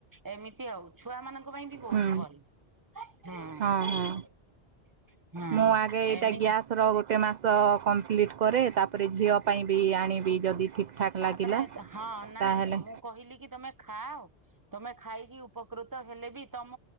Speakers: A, on the right; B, on the right.
A: ଏମି ତି ଆଉ ଛୁଆ ମାନଙ୍କ ପାଇଁ ବି ବହୁତ
B: ହୁଁ
A: ଭଲ। ହୁଁ।
B: ହଁ ହଁ
A: ହଁ
B: ମୁଁ ଆଗେ ଏଇଟା
A: ଏମିତି
B: ଗ୍ୟାସ୍ ର ଗୋଟେ ମାସ କପ୍ଲିଟ୍ କରେ ତାପରେ ଝିଅ ପାଇଁବି ଆଣିବି ଯଦି ଠିକ ଠାକ୍
A: ତାପରେ
B: ଲାଗିଲା
A: ହଁ ନାଇଁ
B: ତାହେଲେ
A: ମୁଁ କହିଲିକି ତମେ ଖାଅ ତମେ ଖାଇକି ଉପକୃତ ହେଲେ ବି ତମ